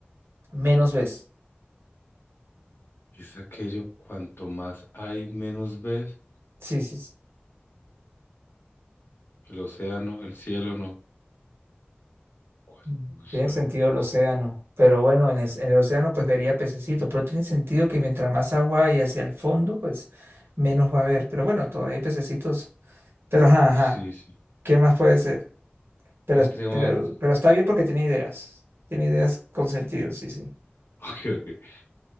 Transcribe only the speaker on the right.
Menos ves.
Sí, sí, sí.
Mm,
Tiene
sentido el océano. Pero bueno, en el, en el océano pues vería pececitos. Pero tiene sentido que mientras más agua hay hacia el fondo, pues menos va a haber. Pero bueno, todavía hay pececitos. Pero ajá, ajá.
¿Qué más puede ser? Pero,
es-
pero, pero está bien porque tiene ideas. Tiene ideas con sentido, sí, sí.